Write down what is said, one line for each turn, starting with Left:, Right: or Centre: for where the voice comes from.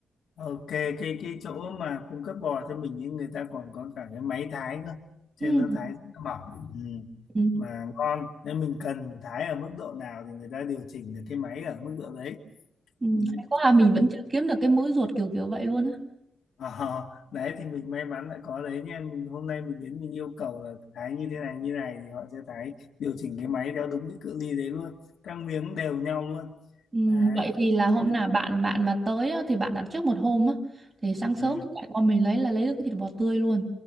Left: Ok, cái cái chỗ mà cung cấp bò cho mình những người ta còn có cả cái máy thái cơ, cho
Right: Ừ.
Left: nên nó thái rất là mỏng, ừ.
Right: Ừ.
Left: Mà ngon. Nếu mình cần thái ở mức độ nào thì người ta điều chỉnh được cái máy ở mức độ đấy.
Right: Ừ.
Left: Ừ.
Right: Hay quá à, mình
Left: Ừ.
Right: vẫn chưa kiếm được cái múi ruột kiểu kiểu vậy luôn á.
Left: Ờ, đấy thì mình may mắn đã có đấy nha. Mình, hôm nay mình đến mình yêu cầu là thái như thế này như này thì họ sẽ thái điều chỉnh cái máy theo đúng cái cự ly đấy luôn, các miếng đều nhau luôn.
Right: Ừ.
Left: Đấy.
Right: Vậy thì là hôm
Left: Ừ.
Right: nào bạn bạn mà tới á, thì bạn đặt trước một hôm á thì sáng sớm
Left: Ừ.
Right: chạy qua mình lấy là lấy được cái thịt bò tươi luôn.